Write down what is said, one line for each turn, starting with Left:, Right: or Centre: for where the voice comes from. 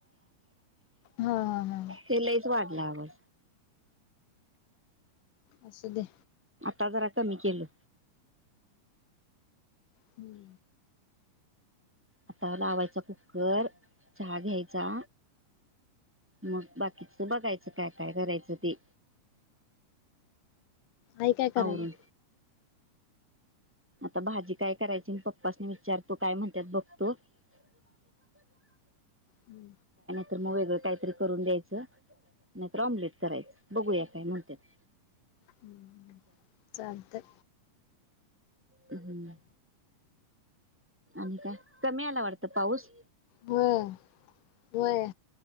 Left: हा हा हा
Centre: ते लईच वाढला आवाज.
Left: असू दे
Centre: आत्ता जरा कमी केलो.
Left: हुं
Centre: आता लावायचा कुकर, चहा घ्यायचा मग बाकीच बघायचं काय काय करायचं ते
Left: आई काय कराल्या?
Centre: आवरून आता भाजी काय करायची मी पप्पाासनी विचारतो, काय म्हणत्यात बघतो <unintelligible>
Left: हुं
Centre: त्यांना वेगळं काहीतरी करून द्यायचं तर ऑमलेट करायच बघूया काय म्हणत्यात
Left: हम् चालतंय.
Centre: हम्म आणि काय कमी आला वाटत पाऊस?
Left: व्हय... व्हय